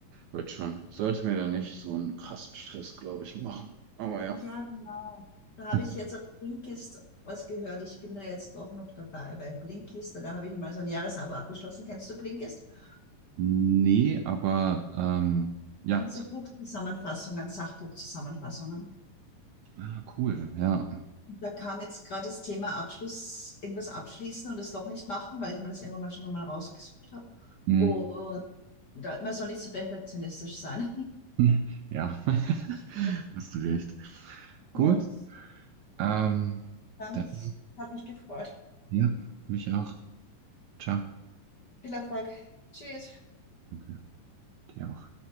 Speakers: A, on the right; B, on the left.
A: wird schon. Sollte mir da nicht so einen krassen Stress, glaube ich, machen. Aber ja.
B: Ja, genau. Da habe
A: <laughs>
B: ich jetzt auf Blinkist was gehört. Ich bin da jetzt doch noch dabei bei Blinkist. Da habe ich mal so ein Jahresabo abgeschlossen. Kennst du Blinkist? Das
A: Nee, aber ähm, ja.
B: sind so Buchzusammenfassungen, Sachbuchzusammenfassungen.
A: Ah, cool, ja.
B: Da kam jetzt gerade das Thema Abschluss, irgendwas abschließen und es doch nicht machen, weil ich mir das irgendwann mal schon mal rausgesucht habe.
A: Hm.
B: Und da, man soll nicht so perfektionistisch sein.
A: <laughs> Ja, <laughs>
B: <laughs>
A: hast du recht. Gut,
B: Ja,
A: ähm,
B: dann
A: dann,
B: hat mich gefreut.
A: ja, mich auch. Ciao.
B: Viel Erfolg. Tschüss.
A: Danke, dir auch.